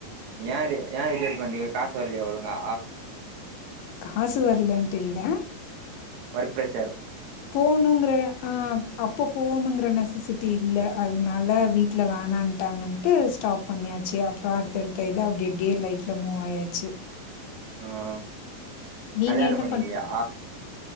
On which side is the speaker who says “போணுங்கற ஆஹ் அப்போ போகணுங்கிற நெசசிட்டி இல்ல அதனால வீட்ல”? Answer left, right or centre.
Left